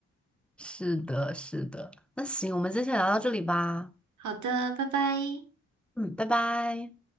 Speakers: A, in the centre; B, on the right.
A: <laughs> 是的，是的。那行，我们今天先聊到这里吧。
B: 好的，拜拜。
A: 嗯，拜拜。